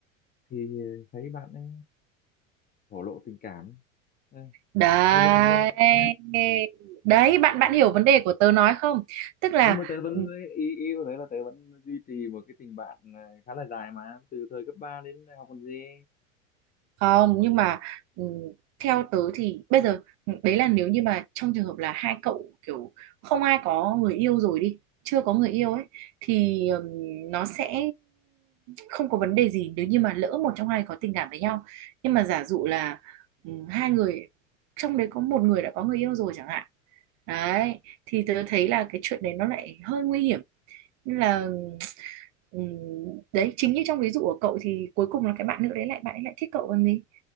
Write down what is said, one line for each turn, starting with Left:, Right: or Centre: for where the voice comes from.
Left: thì thấy bạn ấy thổ lộ tình cảm Ờ,
Right: Đấy.
Left: thế lúc đấy là,
Right: Đấy bạn
Left: à,
Right: bạn hiểu vấn đề của tớ nói không? Tức là
Left: nhưng mà tớ vẫn
Right: ừ,
Left: ý ý của tớ là tớ vẫn duy trì một cái tình bạn ờ, khá là dài mà từ thời cấp 3 đến đại học còn gì
Right: không nhưng mà ừ, theo tớ thì bây giờ ừ, đấy là nếu như mà trong trường hợp là hai cậu kiểu không ai có người yêu rồi đi chưa có người yêu ấy thì ừm, nó sẽ không có vấn đề gì nếu như mà lỡ một trong hai có tình cảm với nhau nhưng mà giả dụ là ừm, hai người trong đấy có một người đã có người yêu rồi chẳng hạn đấy thì tớ thấy là cái chuyện đấy nó lại hơi nguy hiểm Nên là ừ, Ừ, đấy chính như trong ví dụ của cậu thì cuối cùng là cái bạn nữ đấy lại bạn ấy lại thích cậu còn gì